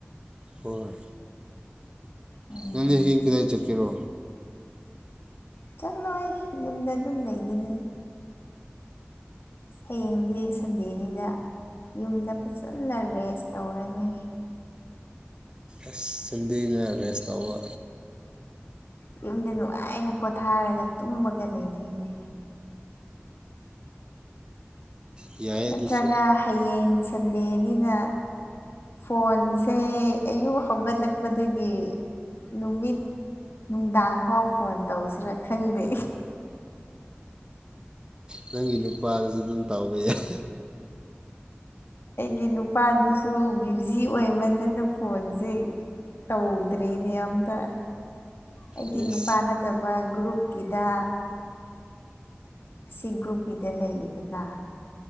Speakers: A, on the right; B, on the left.
A: ꯍꯣꯏ
B: ꯎꯝ
A: ꯅꯪꯗꯤ ꯍꯌꯦꯡ ꯀꯗꯥꯏ ꯆꯠꯀꯦꯔꯣ
B: ꯆꯠꯂꯣꯏ ꯌꯨꯝꯗ ꯑꯗꯨꯝ ꯂꯩꯒꯅꯤ ꯍꯌꯦꯡꯗꯤ ꯁꯟꯗꯦꯅꯤꯅ ꯌꯨꯝꯗ ꯐꯖꯅ ꯔꯦꯁ ꯇꯧꯔꯅꯤ
A: ꯑꯁ ꯁꯟꯗꯦꯅ ꯔꯦꯁ ꯇꯧꯕ
B: ꯌꯨꯝꯗ ꯅꯨꯡꯉꯥꯏꯅ ꯄꯣꯊꯥꯔꯒ ꯇꯨꯝꯃꯒ ꯂꯩꯗꯣꯏꯅꯦ
A: ꯌꯥꯏ
B: ꯅꯠꯇ꯭ꯔꯒ
A: ꯑꯗꯨꯁꯨ
B: ꯍꯌꯦꯡ ꯁꯟꯗꯦꯅꯤꯅ ꯐꯣꯟꯁꯦ ꯑꯌꯨꯛ ꯍꯧꯒꯠꯂꯛꯄꯗꯒꯤ ꯅꯨꯃꯤꯠ ꯅꯨꯡꯗꯥꯡ ꯐꯥꯎ ꯐꯣꯟ ꯇꯧꯁꯤꯔ ꯈꯪꯗꯦ
A: ꯅꯪꯒꯤ ꯅꯨꯄꯥꯗꯁꯨ ꯑꯗꯨꯝ ꯇꯥꯎꯕ ꯌꯥꯏ
B: ꯑꯩꯒꯤ ꯅꯨꯄꯥꯗꯨꯁꯨ ꯕꯤꯖꯤ ꯑꯣꯏꯃꯟꯗꯅ ꯐꯣꯟꯖꯦ ꯇꯧꯗ꯭ꯔꯦꯅꯦ ꯑꯝꯇ ꯑꯩꯒꯤ
A: ꯑꯩꯁ
B: ꯅꯨꯄꯥ ꯅꯠꯇꯕ ꯒ꯭ꯔꯨꯞꯀꯤꯗ ꯁꯤ ꯒ꯭ꯔꯨꯞꯀꯤꯗ ꯂꯩꯌꯦꯗꯅ